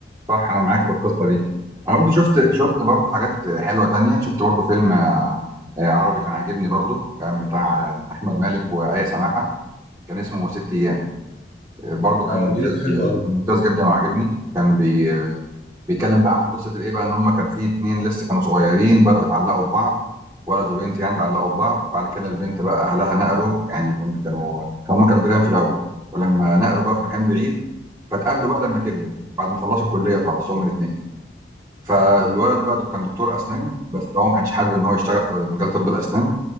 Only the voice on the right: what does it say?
صح انا معاك في القصه دي انا برضو شفت شفت برضو حاجات حلوه تانية شفت برضو فيلم آه، آه، عربي كان عاجبني برضو كان بتاع آه، احمد مالك وآية سماحه كان اسمه ست ايام آه، برضو كان
ممتاز
كان ممتاز جدا وعجبني كان بي بيتكلم بقى عن قصه الايه بقى ان هم كان في اتنين لسه كانوا صغيرين بداوا يتعلقوا ببعض ولد وبنت يعني اتعلقوا ببعض بعد كده البنت بقى اهلها نقلوا يعني ون- كانوا كانوا- هم كانوا جيران في الاول ولما نقلوا بقى في مكان بعيد فتقابلوا بقى لما كبروا بعد ما خلصوا الكليه خالص هم الاثنين فالولد بقى كان دكتور اسنان بس هو ما كانش حابب ان هو يشتغل في مجال طب الاسنان